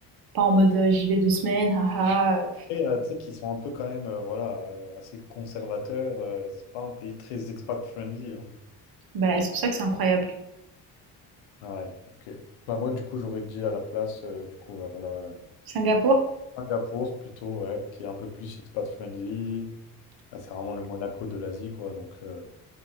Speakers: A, on the right; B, on the left.
A: pas en mode, euh, j'y vais deux semaines, haha. euh,
B: Après, euh, tu sais qu'ils sont un peu quand même, euh, voilà, euh, assez conservateurs. euh, c'est pas un pays très expat-friendly. hein.
A: Bah, c'est pour ça que c'est incroyable.
B: Ouais, ok. Bah, moi, du coup, j'aurais dit à la place, euh, du coup, ouais, voilà, euh,
A: Singapour?
B: Singapour plutôt, ouais, qui est un peu plus expat-friendly. Ah, c'est vraiment le Monaco de l'Asie, quoi. Donc. euh,